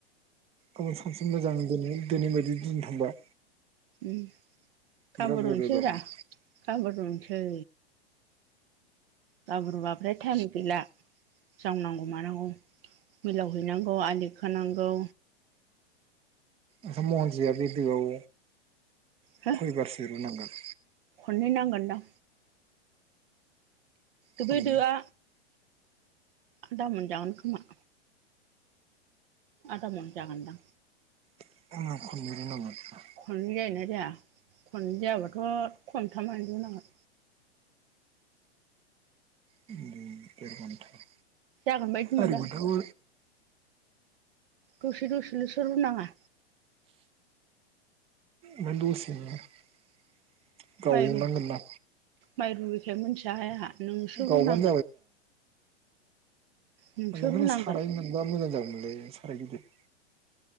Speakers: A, on the right; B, on the right.
A: गाबोन सानसे मोजां दिनै दिनै बायदि दिन थांबा।
B: उम गां
A: बिराद
B: बुरुनोसै
A: बरिया जागौमोन
B: ब्रा गां बुरुनोसै। गाबुरुवाफ्रा थालिद गैला। जावनांगौ मानांगौ मिलाव हैनांगौ आलि खोनांगौ।
A: ओंखाम महनसेया बे दोआव
B: हो
A: खयबारसो रुनांगोन?
B: खननै नांगोनदां। दो
A: खननै
B: बै दोआ आदा मोनजागोन खोमा। आदा मन जागोन दां।
A: <unintelligible>
B: खननै जायोना जाया खननै जायाबाथ' खमथामानो रुनांगोन।
A: बिदिनो देर घन्टा।
B: जागोनबायदि
A: सारि
B: मोनदों
A: घन्टाखौ
B: आं। दसे दसेल'सो रुनाङा।
A: मा दसेनो <inaudible> गावनांगोन
B: माइ रु
A: ना?
B: माइ रुयैखाय मोनथिया हाय आंहा नोंसो
A: गावबानो
B: रुनांगोन। नोंसो
A: ओंखायनो
B: रुनांगोन
A: साराय मोनबा मोजां जागौमोनलै साराय गिदिर।